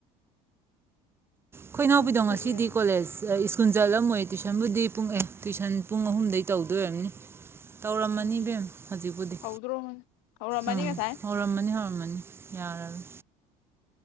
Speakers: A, on the right; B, on the left.
A: ꯈꯣꯏꯅꯥꯎꯕꯤꯗꯣ
B: ꯑꯗꯨꯝ
A: ꯉꯁꯤꯗꯤ
B: ꯍꯩꯖꯔ
A: ꯀꯣꯂꯦꯖ ꯁ꯭ꯀꯨꯟ ꯆꯠꯂꯝꯃꯣꯏ ꯇꯨꯏꯁꯟꯕꯨꯗꯤ ꯄꯨꯡ ꯑꯦ ꯇꯨꯏꯁꯟ ꯄꯨꯡ ꯑꯍꯨꯝꯗꯩ ꯇꯧꯗꯣꯏꯔꯝꯅꯤ ꯇꯧꯔꯝꯃꯅꯤ
B: ꯎꯝ
A: ꯏꯕꯦꯝ ꯍꯧꯖꯤꯛꯄꯨꯗꯤ
B: ꯍꯧꯗ꯭ꯔꯣꯃꯅꯤ ꯍꯧꯔꯝꯃꯅꯤ
A: ꯎꯝ
B: ꯉꯁꯥꯏ
A: ꯍꯧꯔꯝꯃꯅꯤ ꯍꯧꯔꯝꯃꯅꯤ ꯌꯥꯔꯔꯣꯏ